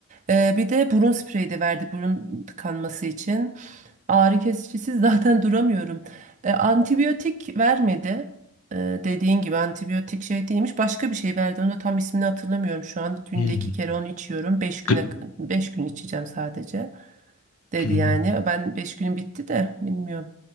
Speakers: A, on the right; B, on the left.
A: Ee, bir de burun spreyi de verdi burun tıkanması için. Ağrı kesicisiz <laughs> zaten duramıyorum. Ee, antibiyotik vermedi. Ee, dediğin gibi antibiyotik şey değilmiş. Başka bir şey verdi. Onu da tam ismini hatırlamıyorum şu an. Günde
B: Hmm.
A: iki kere onu içiyorum. Beş güne,
B: Gı-
A: beş gün içeceğim sadece dedi
B: Hmm.
A: yani. Ben beş günüm bitti de bilmiyorum.